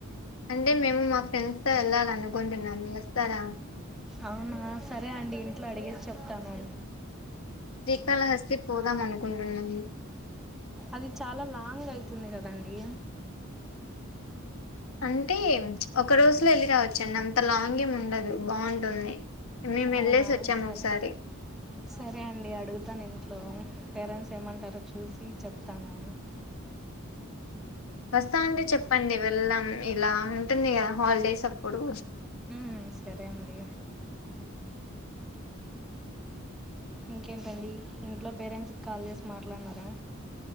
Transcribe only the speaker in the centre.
అవునా సరే అండి ఇంట్లో అడిగేసి చెప్తాను
అది చాలా లాంగ్ అవుతుంది కాదండి
అవునా
సరే
సరే అండి అడుగుతాను ఇం లో పేరెంట్స్ ఏమంటారో చూసి చెప్తాను
హ్మ్ సరే అండి ఇంకేంటండి ఇంట్లో పేరెంట్సకి కాల్ చేసి మాట్లాడినారా